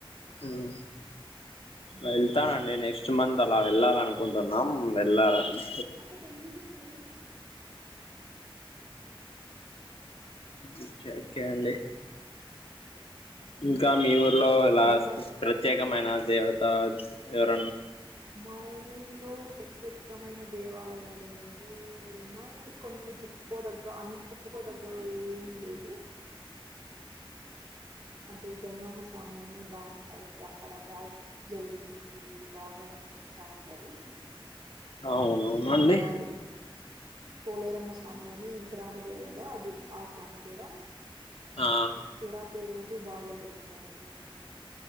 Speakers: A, on the left; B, on the right.
A: అవు
B: చిన్నప్పుడు
A: వెళ్తా అండి నెక్స్ట్ మంత్ అలా ఎ అనుకుంటున్నాం వెళ్ళాలని
B: అక్క చడి స్ంస్హ
A: ఓకే ఓకే అండి ఇంకా మీ ఊర్లో లాస్ట్
B: ఇంకా
A: ప్రత్యేకమైన దేవతా ఇవర
B: మా ఊర్లో ప్రత్యేకమైన దేవాలయాలు అంటే ఉన్నాయండి కొన్ని చెప్పుకోదగ్గ అంత చెప్పుకోదగ్గ ఏమి లేవు అంటే గంగమ్మ స్వామి అని భాగం అంటే అక్కడబాద్ జల్ చేస బాగా చేస్తా ఉంటారు
A: అవునవునండి
B: అమ్మవారు పోలేరమ్మ స్వామి మీ గ్రామదేవత అది ఆ స్వామి కూడా
A: ఆ
B: శివరాత్రి రోజు బాగా జరుపుతారండి ప